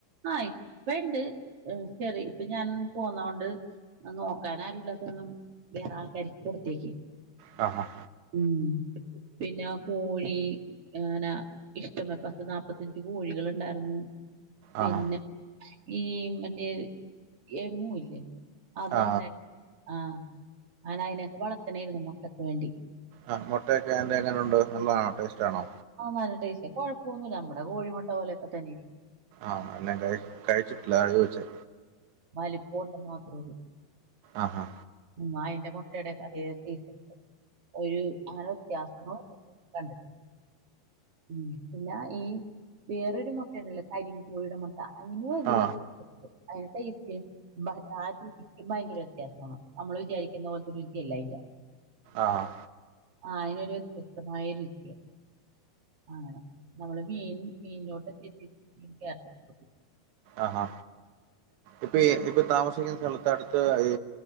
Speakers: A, on the right (about 40°); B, on the right (about 85°).
A: ആഹ്, ഇപ്പ ഇണ്ട്. ശരി ഇപ്പൊ ഞാൻ പോന്നോണ്ട്. നോക്കാനാരുല്ലാത കാരണം, വേറെ ആൾക്കാർക്ക് കൊടുത്തേക്ക്.
B: ആ ഹ
A: ഉം, പിന്നെ കോഴി. ഏന ഇഷ്ടം പത്ത് നാപ്പത്തഞ്ച് കോഴികളൊ ണ്ടാരുന്നു. പിന്നെ
B: ആഹാ
A: ഈ മറ്റേ എമു ഇല്ലേ? അതിണ്ട
B: ആ
A: ആഹ്, ഞാന അയിനൊക്കെ വളർത്തണായാരുന്നു മൊട്ടക്ക് വേണ്ടി.
B: ആഹ്, മൊട്ടയൊക്കെ അയ്ന്റെ എങ്ങനൊണ്ട്, നല്ലതാണോ? ടേസ്റ്റ് ആണോ?
A: ആഹ്, നല്ല ടേസ്റ്റ കൊഴപ്പൊന്നൂല്ല. നമ്മടെ കോഴിമൊട്ട പോലൊ ക്കെ തന്നെയിരിക്കും.
B: ആഹ്, എന്നാ കഴ കഴിച്ചിട്ടില്ല. അതാ ചോയ്ച്ചെ.
A: വലിപം ഉണ്ടന്ന് മാത്രെ ഒള്ളൂ.
B: ആ ഹാ
A: ഉം, അയിന്റെ മൊട്ടേടെ ക്കെ അതേ ടെസ്റ്റ് ഉണ്ട്. ഒരു അങ്ങനെ വ്യത്യാസങ്ങളൊക്ക കണ്ടിട്ട് ഉം, പിന്നെ ഈ വേറൊരു മൊട്ടേണ്ടല്ലൊ? കരിം കോഴീടെ മൊട്ട. അയ്ന് <unintelligible>
B: ആ
A: അയ്ന് ടേസ്റ്റ് <unintelligible> ഭയങ്കര വ്യത്യാസമാ നമ്മള് വിചാരിക്കുന്ന പോലത്തെ രുചിയല്ല അയ്ന്റെ.
B: ആഹ്
A: ആഹ്, അയിനൊരു വ്യത്യസ്തമായ രുചിയ. അങ്ങനെ, മോള് മീൻ മീനിലോട്ട് <unintelligible>
B: ആഹാ ഇപ്പ, ഇ ഇപ്പ താമസിക്കുന്ന സ്ഥലത്ത് അടുത്ത് ഈ